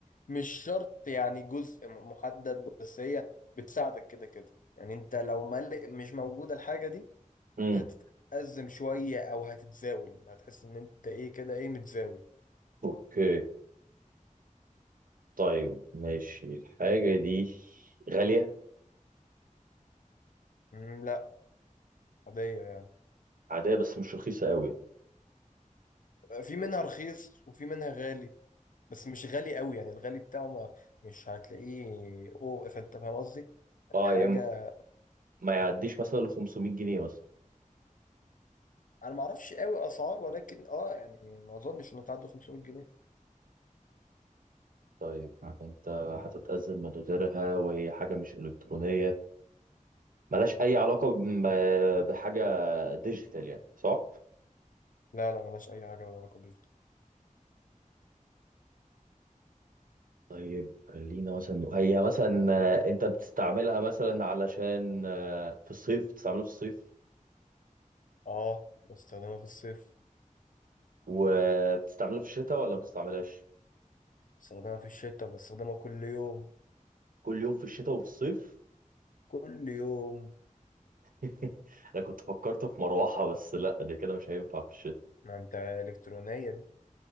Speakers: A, on the left (about 75°); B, on the right (about 85°).
A: مش شرط يعني جزء م- محدد بس هي بتساعدك كده كده يعني انت لو مل... مش موجودة الحاجة دي
B: امم
A: هتتأزم شوية او هتتزاول هتحس ان انت ايه كده ايه متزاول
B: اوكي طيب ماشي الحاجة دي غالية
A: مم، لا عادية يعني
B: عادية بس مش رخيصة قوي
A: في منها رخيص وفي منها غالي بس مش غالي قوي يعني الغالي بتاعه ما مش هتلاقيه اوه فانت فاهم قصدي يعني
B: اه
A: حاجة
B: يعني ما يعديش مثلا ل 500 جنيه مثلا
A: انا ما اعرفش قوي اسعار ولكن اه يعني ما اظنش انها تعدي 500 جنيه
B: طيب آه. انت هتتأذى من غيرها وهي حاجة مش إلكترونية ملهاش أي علاقة بم- بحاجة ديجيتال يعني صح؟
A: لا لا ملهاش اي حاجه ولا علاقه بيوتي
B: طيب خلينا مثلا هي مثلا آه، انت بتستعملها مثلا علشان آه، في الصيف بتستعملها في الصيف
A: اه بستخدمها في الصيف
B: وبتستعملها في الشتاء ولا ما بتستعملهاش
A: بستخدمها في الشتاء بستخدمها كل يوم
B: كل يوم في الشتاء وفي الصيف
A: كل يوم
B: <laughs> انا كنت فكرت في مروحة بس لا دي كده مش هينفع في الشتاء
A: ما انت الكترونيه دي